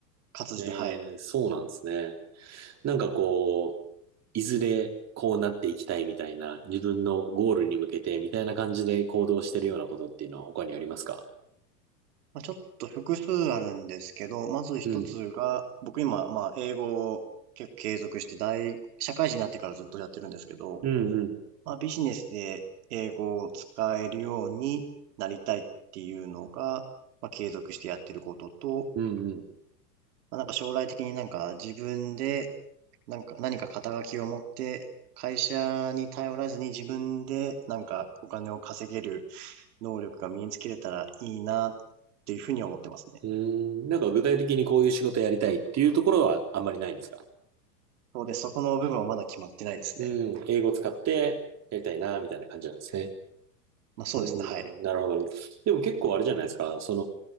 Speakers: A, on the right (about 65°); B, on the right (about 30°).
A: 活字で、
B: えー、
A: はい。
B: そうなんですね。なんかこう、いずれこうなっていきたいみたいな、自分のゴールに向けてみたいな感じで行動してるようなことっていうのは他にありますか
A: まあ、ちょっと複数あるんですけど、まず一つが、
B: うん。
A: 僕今、まあ、英語を結構継続して大、社会人になってからずっとやってるんですけど、
B: うんうん。
A: まあ、ビジネスで英語を使えるようになりたいっていうのが、まあ、継続してやってることと、
B: うんうん。
A: まあ、なんか将来的になんか自分で、なんか何か肩書きを持って、会社に頼らずに自分でなんかお金を稼げる能力が身につけれたらいいなっていうふうに思ってますね。
B: うーん、なんか具体的にこういう仕事やりたいっていうところはあんまりないんですか
A: そうです。そこの部分はまだ決まってないですね。
B: うん、英語使ってやりたいな、みたいな感じなんですね。
A: まあそうですね。
B: う
A: はい。
B: ん、なるほど。なるほどでも結構あれじゃないですか。そ